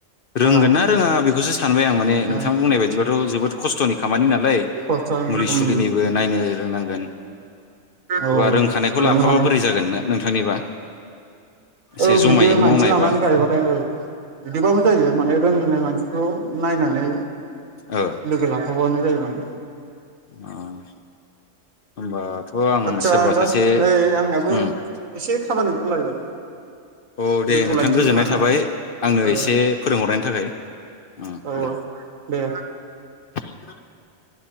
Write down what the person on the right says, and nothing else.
ओ
ओ
खस्थ'
उम
औ
बेनो
माने
औ
बिदि मानसि
लानानै गायबाथाय औ बिदिबाबो जायो माने रोंनाय मानसिखौ नायनानै
लागो लाफाबानो। जायो माने
आदसा
नोंथां
नै आंनाबो
एसे खामानि ओंखारलायबाय
दोनथ'लायनोसै
खोमा ना
औ
औ
दे